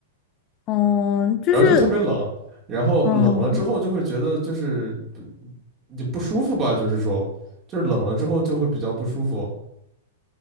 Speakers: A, on the left; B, on the right.
A: 嗯，就是，
B: 然后就特别冷。然后冷了之后就会觉得就是
A: 嗯，
B: 你不舒服吧，就是说，就是冷了之后就会比较不舒服。